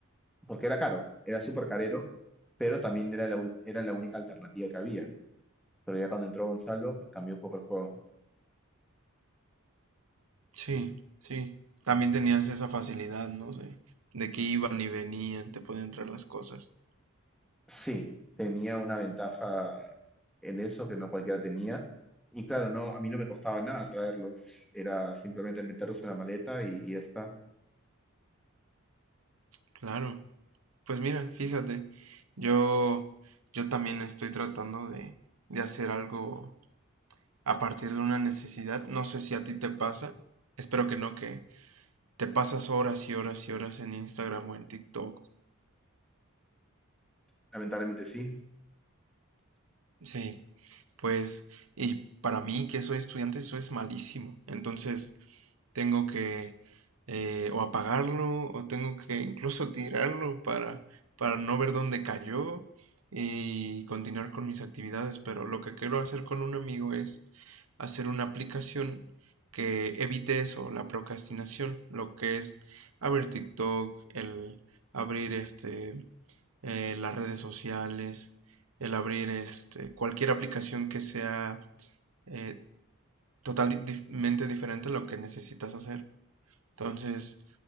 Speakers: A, in the centre; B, on the right.
A: porque era caro, era súper carero, pero también era la, ul- era la única alternativa que había. Pero ya cuando entró Gonzalo, pues cambió un poco el juego.
B: Sí, sí. También tenías esa facilidad, ¿no? De, de que iban y venían, te podían traer las cosas.
A: Sí, tenía una ventaja en eso que no cualquiera tenía. Y claro, no, a mí no me costaba nada traerlos, era simplemente meterlos en la maleta y, y ya está.
B: Claro. Pues mira, fíjate, yo, yo también estoy tratando de, de hacer algo a partir de una necesidad. No sé si a ti te pasa. Espero que no, que te pasas horas y horas y horas en Instagram o en TikTok.
A: Lamentablemente sí.
B: Sí, pues, y para mí, que soy estudiante, eso es malísimo. Entonces, tengo que eh, o apagarlo o tengo que incluso tirarlo para, para no ver dónde cayó y continuar con mis actividades. Pero lo que quiero hacer con un amigo es hacer una aplicación que evite eso, la procrastinación, lo que es abrir TikTok, el abrir este, eh, las redes sociales, el abrir este, cualquier aplicación que sea eh, totalmente diferente a lo que necesitas hacer. Entonces,